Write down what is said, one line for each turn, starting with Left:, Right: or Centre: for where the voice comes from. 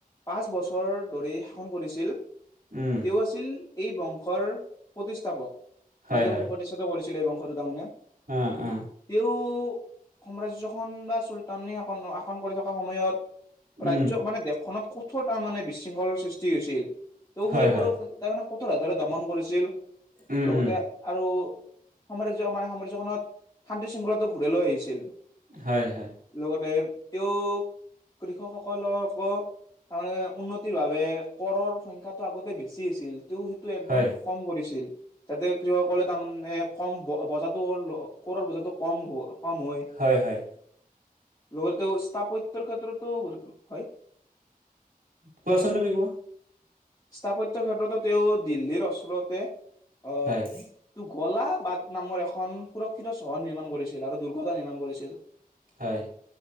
Left: পাঁচ বছৰ ধৰি শাসন কৰিছিল।
Right: উম।
Left: তেওঁ আছিল এই বংশৰ প্ৰতিষ্ঠাপক।
Right: হয়
Left: মানে তেওঁ
Right: হয়
Left: বংশ প্ৰতিষ্ঠাত কৰিছিলে এই বংশটো তাৰমানে।
Right: অ', অ'।
Left: তেওঁ সাম্ৰাজ্যখন বা চল আ আকন আকন কৰি থকা সময়ত, ৰাজ্য
Right: উম
Left: মানে দেশখনত ক'ত কঠোৰ তাৰ মানে বিশৃংখলৰ সৃষ্টি হৈছিল। ত'
Right: হয়
Left: সেইবোৰক
Right: হয়
Left: তাৰ মানে কঠোৰ হাতেৰে দমন কৰিছিল।
Right: উম
Left: লগতে
Right: উম
Left: আৰু সাম্ৰাজ্য মানে সাম্ৰাজ্যখনত শান্তি শৃংখলাটো ঘূৰে লৈ আহিছিল।
Right: হয়, হয়।
Left: লগতে তেওঁ কৃষকসকলৰ ক তাৰ মানে উন্নতিৰ বাবে কৰৰ সংখ্যাটো আগতে বেছি আছিল, তেওঁ সেইটো একদম
Right: হয়
Left: কম কৰিছিল। যাতে কৃষকসকলে তাৰমানে, কম ব বজাৰটো কৰৰ বজাৰটো কম কম হয়।
Right: হয়, হয়।
Left: লগতে তেওঁ স্থাপত্যৰ ক্ষেত্ৰতো, হয়।
Right: কোৱাচোন তুমি কোৱা।
Left: স্থাপত্যৰ ক্ষেত্ৰতো তেওঁ দিল্লীৰ ওচৰতে অ
Right: হয়
Left: কলা বাট নামৰ এখন সুৰক্ষিত চহৰ নিৰ্মাণ কৰিছিল আৰু দুৰ্ঘতা নিৰ্মাণ কৰিছিল।
Right: হয়,